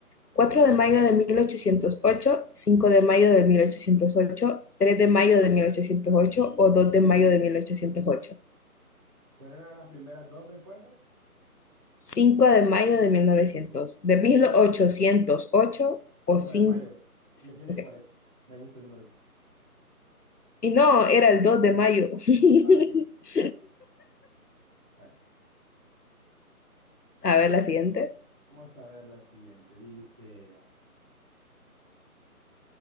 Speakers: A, on the left (about 85°); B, on the right (about 15°).
A: 4 de mayo de 1808, 5 de mayo de 1808, 3 de mayo de 1808 o 2 de mayo de 1808,
B: ¿Cuáles eran las primeras dos respuestas?
A: 5 de mayo de 1900, de 1808 o
B: Cinco
A: 5.
B: de mayo. Me quiero
A: Okay.
B: ir por eso. Me gusta el número 5.
A: Y no, era el 2 de mayo.
B: Ok,
A: <laughs>
B: bueno.
A: A ver la siguiente.
B: Vamos a ver la siguiente. Dice,